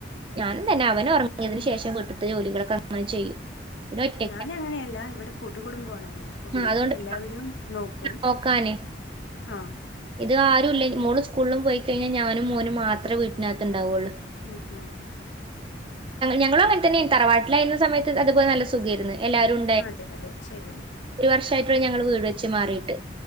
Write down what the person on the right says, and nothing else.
ഞാനും തന്നെ അവനുറങ്ങിയതിനു ശേഷം വീട്ടിത്തെ ജോലികളൊക്കെ അങ്ങനെ ചെയ്യും പിന്നെ ഒറ്റയ്ക്ക്
അതുകൊണ്ട്
നോക്കാന്
ഇത് ആരുല്ല മോള് സ്കൂളിലും പോയി കഴിഞ്ഞാൽ ഞാനും മോനും മാത്രമേ വീട്ടിനകത്തുണ്ടാവള്ളൂ
ഞങ്ങളും അങ്ങനെത്തന്നെയ തറവാട്ടിലായിരുന്ന സമയത്ത് അതുപോലെ നല്ല സുഖേരുന്നു എല്ലാവരും
ഒരു വർഷയിട്ടുള്ളൂ ഞങ്ങള് വീട് വെച്ച് മാറിയിട്ട്